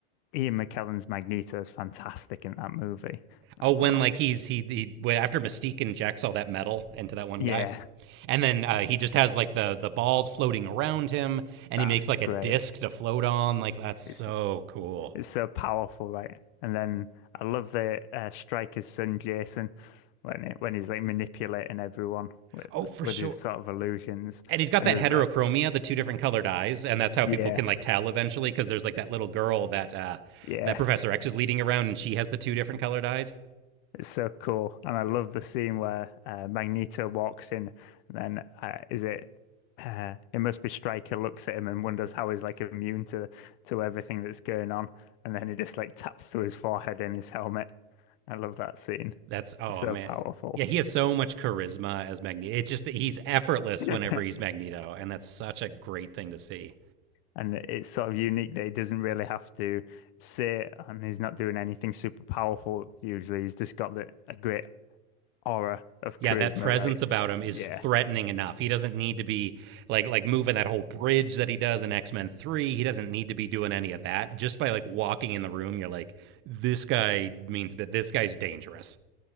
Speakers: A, on the left; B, on the right.
A: Ian McKellen's Magneto is fantastic in that movie.
B: Oh,
A: I
B: when
A: thought,
B: like he's he he after Mystique injects all that metal into that one
A: yeah,
B: guy. And then uh, he just has like the the balls floating around him, and
A: that's
B: he makes like a
A: great.
B: disc to float on. Like that's so
A: It's
B: cool.
A: It's so powerful, right? And then I love the uh, striker's son Jason when it, when he's like manipulating everyone with
B: Oh, for
A: with
B: sure.
A: his sort of illusions.
B: And he's got
A: And
B: that
A: there's
B: heterochromia,
A: that,
B: the two different colored eyes, and that's how
A: yeah,
B: people can like tell eventually because there's like that little girl that uh,
A: yeah,
B: that Professor X is leading around, and she has the two different colored eyes.
A: it's so cool. And I love the scene where uh, Magneto walks in, and then uh, is it? Uh, it must be Stryker looks at him and wonders how he's like immune to to everything that's going on, and then he just like taps to his forehead in his helmet. I love that scene.
B: That's oh
A: It's so
B: man,
A: powerful.
B: yeah. He has so much charisma as Magneto. It's just that he's effortless
A: <laughs>
B: whenever he's Magneto, and that's such a great thing to see.
A: And it's sort of unique that he doesn't really have to sit and he's not doing anything super powerful usually. He's just got the, a great aura of
B: Yeah,
A: charisma,
B: that presence
A: right?
B: about him is
A: Yeah,
B: threatening enough. He doesn't need to be like like moving that whole bridge that he does in X-Men 3. He doesn't need to be doing any of that. Just by like walking in the room, you're like this guy means but this guy's dangerous.